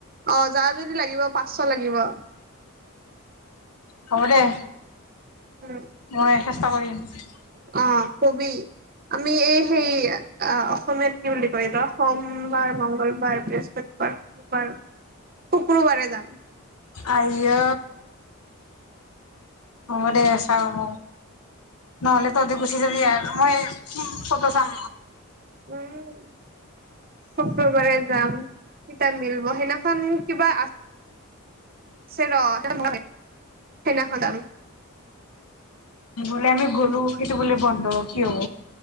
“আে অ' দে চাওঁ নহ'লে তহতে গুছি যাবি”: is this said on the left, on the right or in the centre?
Left